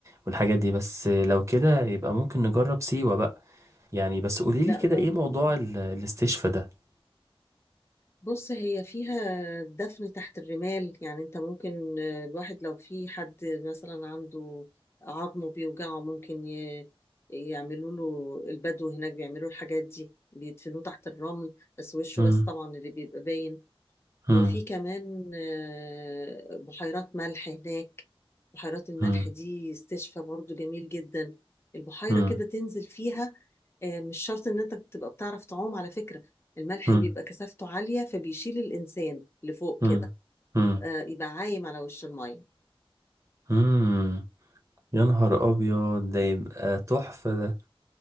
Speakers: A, on the right; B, on the left.
A: والحاجات دي بس لو كده يبقى ممكن نجرب سيوة بقى يعني بس قولي
B: لا
A: لي كده
B: جرب
A: ايه موضوع
B: آه.
A: ال- الاستشفاء ده
B: بص هي فيها دفن تحت الرمال يعني انت ممكن آه، الواحد لو في حد مثلا عنده عظمه بيوجعه ممكن ي- يعملوا له البدو هناك بيعملوا الحاجات دي بيدفنوه تحت الرمل بس وشه
A: مم.
B: بس طبعا اللي بيبقى باين
A: مم.
B: وفي كمان آه، بحيرات ملح هناك بحيرات الملح
A: مم.
B: دي استشفى برضو جميل جدا البحيرة
A: مم.
B: كده تنزل فيها آه، مش شرط ان انت تبقى بتعرف تعوم على فكرة الملح
A: مم.
B: بيبقى كثافته عالية فبيشيل الانسان لفوق
A: مم.
B: كده
A: مم.
B: يبقى يبقى عايم على وش المية
A: مم. يا نهار ابيض ده يبقى تحفة ده